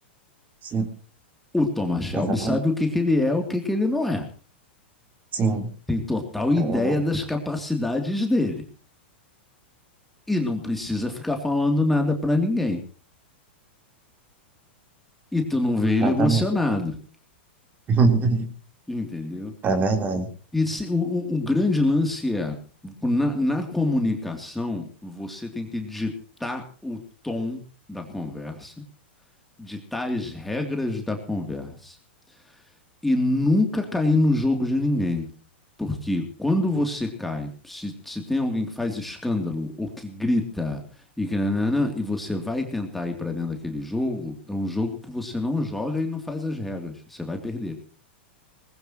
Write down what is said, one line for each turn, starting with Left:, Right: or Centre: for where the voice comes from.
Right: Sim,
Centre: O Thomas Shelby
Right: exatamente.
Centre: sabe o que que ele é, o que que ele não é.
Right: Sim,
Centre: Tem total ideia
Right: eu-
Centre: das capacidades dele e não precisa ficar falando nada para ninguém. E tu não vê
Right: exatamente.
Centre: ele emocionado,
Right: <laughs>
Centre: entendeu?
Right: É verdade.
Centre: E se- o, o- o grande lance é, na, na comunicação, você tem que ditar o tom da conversa, ditar as regras da conversa e nunca cair no jogo de ninguém. Porque quando você cai, se, se tem alguém que faz escândalo ou que grita e que nananã, e você vai tentar ir para dentro daquele jogo, é um jogo que você não joga e não faz as regras. Você vai perder.